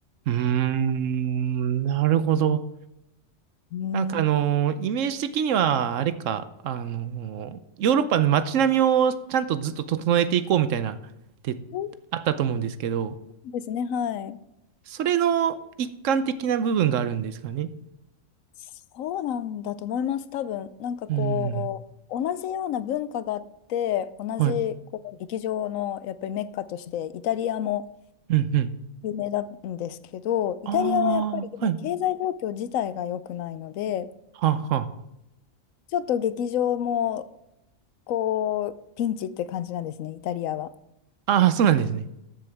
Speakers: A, on the right (about 75°); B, on the left (about 85°).
A: うーん、なるほど。
B: うん
A: なんかあのーイメージ的には、あれか、あのーヨーロッパの街並みをちゃんとずっと整えていこうみたいな、って
B: そう
A: あったと思うんですけど、
B: ですね、はい。
A: それの一環的な部分があるんですかね。
B: そうなんだと思います、多分。なんかこう、
A: うん。
B: 同じような文化があって、同じこう劇場のやっぱりメッカとして、
A: はい。
B: イタリアも
A: うん、うん。
B: 有名なんですけど、イタリアはやっぱり今、
A: ああ、はい。
B: 経済状況自体が良くないので、
A: はあ、は
B: ちょっと劇場もこう、ピンチって感じなんですね、イタリアは。
A: あ。ああ、そうなんですね。